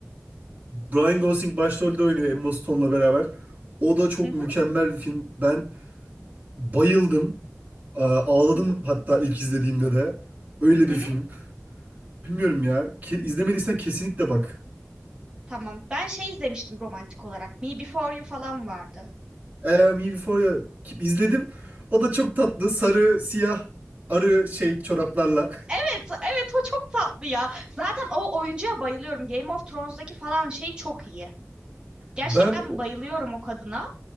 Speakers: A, on the right (about 35°); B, on the right (about 20°).
A: Brian Gosling başrolde oynuyor Emma Stone'la beraber. O da çok
B: hı hı,
A: mükemmel bir film. Ben bayıldım. Aa, Ağladım
B: hı hı,
A: hatta ilk izlediğimde de. Öyle bir
B: hı
A: film. Bilmiyorum ya. Ke- İzlemediysen kesinlikle bak.
B: Tamam. Ben şey izlemiştim romantik olarak. Me Before You falan vardı.
A: Ee, Me Before You ki- izledim. O da çok tatlı. Sarı, siyah, arı şey çoraplarla.
B: Evet, evet o çok tatlı ya. Zaten o oyuncuya bayılıyorum. Game of Thrones'daki falan şey çok iyi. Gerçekten
A: Ben o...
B: bayılıyorum o kadına.